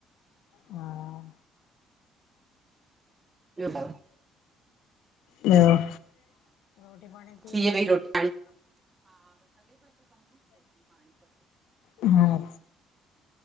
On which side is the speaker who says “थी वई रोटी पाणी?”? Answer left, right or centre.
Right